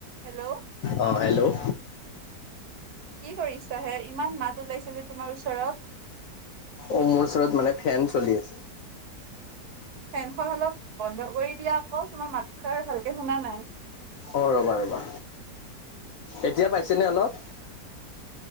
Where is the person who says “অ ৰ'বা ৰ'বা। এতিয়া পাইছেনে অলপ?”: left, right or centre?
Left